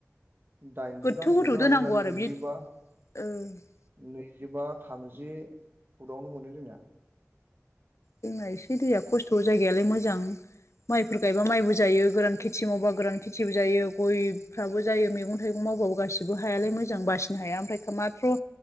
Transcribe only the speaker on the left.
गोथौ
गोथौ
दोनांगौ
आरो बि ओ
जोंना एसे दैया खस्थ' जायगाया लाय मोजां माइफोर गायबा मायबो जायो गोरान खेथि मावबा गोरान खेथिबो जायो। गयफ्राबो जायो मैगं थाइगं मावबाबो गासिबो हायालाय मोजां बासिनो हाया। ओमफ्राय हा माथ्र'